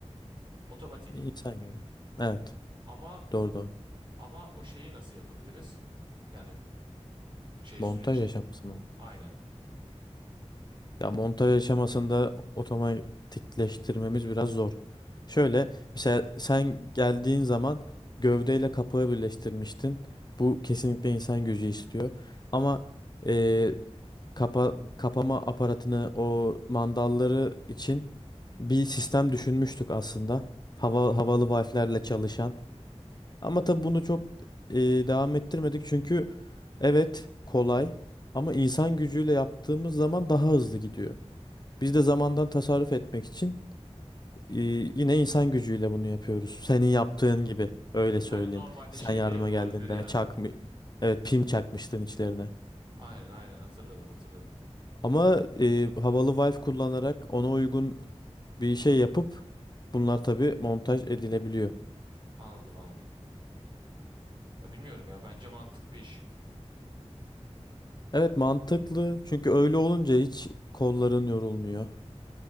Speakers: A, on the right; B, on the left.
A: otomatik.
B: İnsan göre. Evet,
A: Ama
B: doğru doğru.
A: ama o şeyi nasıl yapabiliriz? Yani şey
B: Montaj
A: süreci.
B: yaşamışsın o.
A: Aynen.
B: Ya montaj aşamasında otomatikleştirmemiz biraz zor. Şöyle mesela sen geldiğin zaman gövdeyle kapağı birleştirmiştin. Bu kesinlikle insan gücü istiyor. Ama eee, kapa kapama aparatını o mandalları için bir sistem düşünmüştük aslında. Hava havalı valflerle çalışan. Ama tabii bunu çok eee, devam ettirmedik çünkü evet kolay ama insan gücüyle yaptığımız zaman daha hızlı gidiyor. Biz de zamandan tasarruf etmek için e, yine insan gücüyle bunu yapıyoruz. Senin yaptığın gibi öyle söyleyeyim.
A: Yani normalde
B: Sen
A: şey
B: yardıma
A: de yapılabilir
B: geldiğinde
A: yani.
B: çakmı evet pim çakmıştın içlerine.
A: Aynen aynen hatırladım hatırladım.
B: Ama e, havalı valve kullanarak ona uygun bir şey yapıp bunlar tabii montaj edilebiliyor.
A: Anladım anladım. Ya bilmiyorum ya bence mantıklı iş.
B: Evet mantıklı çünkü öyle olunca hiç kolların yorulmuyor.